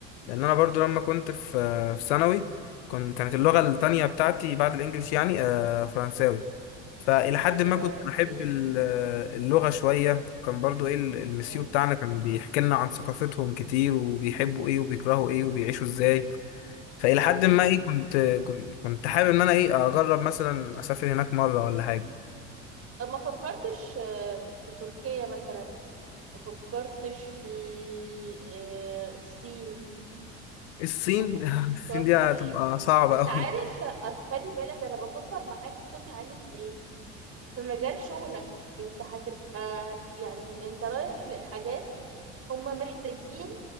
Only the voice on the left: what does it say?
لان انا برضو لما كنت في في ثانوي كنت كانت
اللغه التانية بتاعتي بعد الانجليش يعني آه، فرنساوي فالى حد
ما كنت
بحب ال- اللغه شويه كان برضو ايه ال- المسيو
بتاعنا كان بيحكي لنا عن ثقافتهم كتير وبيحبوا ايه وبيكرهوا ايه وبيعيشوا ازاي فإلى
حد ما إيه كنت كنت كنت حابب إن أنا إيه أجرب مثلا أسافر هناك مرة ولا حاجة
الصين
<laughs> الصين دي هتبقى صعبة
أوي